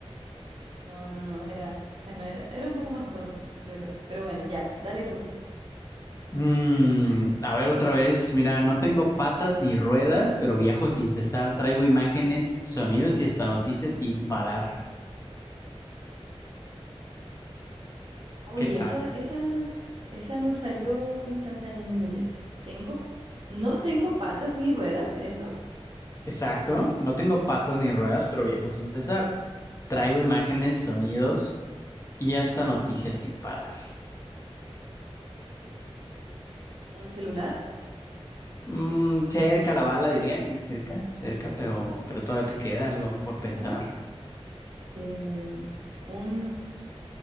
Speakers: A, on the right; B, on the left.
A: No, no, no, era, bueno, era, era un poco más tonto, pero, pero bueno, ya, dale tú.
B: Mm, a ver otra vez, mira, no tengo patas ni ruedas, pero viajo sin cesar, traigo imágenes, sonidos y hasta noticias sin parar.
A: Uy,
B: ¿Qué tal?
A: esa, esa, esa no salió instantánea en mi mente. Tengo, no tengo patas ni ruedas, eso,
B: Exacto, no tengo patas ni ruedas, pero viajo sin cesar. Traigo imágenes, sonidos y hasta noticias sin parar.
A: un celular,
B: Mm, cerca la bala, diría que cerca, cerca, pero, pero todavía te queda algo por
A: ¿no?
B: pensar.
A: Em, un,